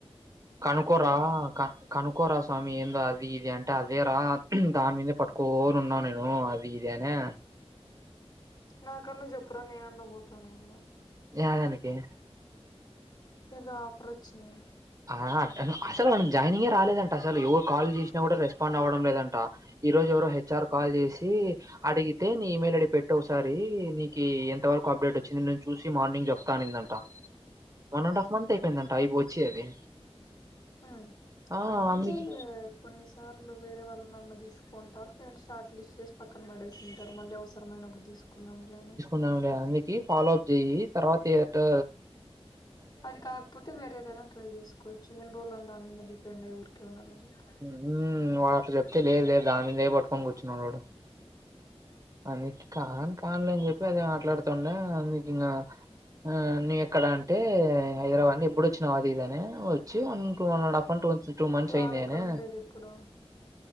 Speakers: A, on the right; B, on the left.
A: కనుకోరా క కనుకోరా స్వామి ఏందో అది ఇది అంటే అదే రా దాని మీదే పట్టుకోని ఉన్నాను నేను అది ఇదనే
B: నా కన్న జెప్ న నువ్వు తను కదా
A: యదానికి
B: ఏదో ఆఫర్ వచ్చింది
A: ఆ అట్టన్ అసలు వానికి జాయినింగే రాలేదంట అసలు ఎవరు కాల్ చేసినా కూడా రెస్పాండ్ అవ్వడం లేదంట ఈ రోజు ఎవరో హెచ్ఆర్ కాల్ చేసి అడిగితే నీ ఈ మయిల్ ఐడి పెట్టోకసారి నీకు ఎంతవరకు అప్డేట్ వచ్చింది నేను చూసి మార్నింగ్ చెప్త అనిందంట వన్ అండ్ హాఫ్ మంత్ అయిపోయిందంట అయి వచ్చి అది
B: ఆ
A: ఆ
B: అంత
A: అందుకి
B: అదే కొన్ని సార్లు వేరే వాళ్ళనన్న తీసుకుంటారు అండ్ షార్ట్ లిస్ట్ చేసి పక్కన పడేసుంటారు మళ్ళి అవస్ సరం అయినప్పుడు తీసుకుందాంలే అని
A: న్నాంలే అందుకి ఫాలో అప్ చెయ్యి తర్వాత ఏటు
B: అది కాకపోతే వే దైనా ట్రై చేకోచ్చు ఏన్ని రోజులు అనీ దానీ మీద డిపెడ్య్య ఊరికే ఉండాల చెప్
A: మ్ వాడు అట్ల చెప్తే లేదు లేదు దాని మీదనే పట్టుకొని కూర్చున్నాడు వాడు అందు కాన్ కాన్లే అని చెప్పి అది మాట్లాడుతుండే అందుకింగ ఆ నువ్ ఎక్కడ అంటే హైదరాబాద్ నుండి ఎప్పుడోచ్చినావ్ అది ఇదనే వ చి one two and half months to months
B: వాడెక్కడ
A: అయింది అనే
B: ఉండేది ఇప్పుడు